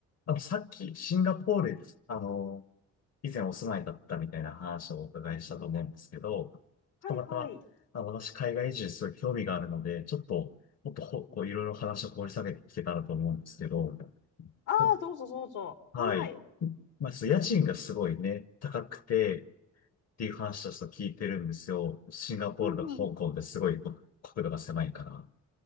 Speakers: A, on the left; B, on the left.
A: あと、さっき、シンガポール、あの、以前お住まいだったみたいな話をお伺いしたと思うんですけど、ちょっとまた、
B: はいはい。
A: あの、私、海外移住すごい興味があるので、ちょっと、もっとほ、こう、いろいろ話を掘り下げて聞けたらと思うんですけど、
B: ああ、
A: お
B: どうぞどうぞ。
A: はい。
B: はい。
A: まあ、ちょっと家賃がすごいね、高くて、っていう話をちょっと聞いてるんですよ。シンガポールとか香港ってすごいこ国土が狭いから。
B: うんうん。